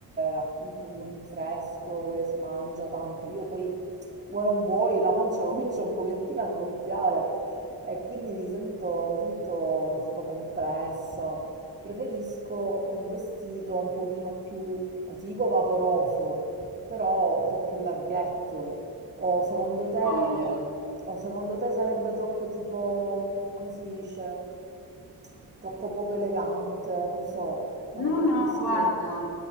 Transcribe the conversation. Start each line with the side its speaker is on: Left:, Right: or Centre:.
Right: appunto un rinfresco che si mangia tanto, io poi vuoi non vuoi la pancia <laughs> comincia un pochettino a gonfiare e quindi mi sento, mi sento tipo compressa. Preferisco un vestito un pochino più, non ti dico vaporoso, però un po' più larghetto. O secondo
Left: più
Right: te...
Left: comodo?
Right: O secondo te sarebbe troppo tipo, come si dice, troppo poco elegante, non so, non
Left: No,
Right: è che
Left: no,
Right: funziona.
Left: guarda,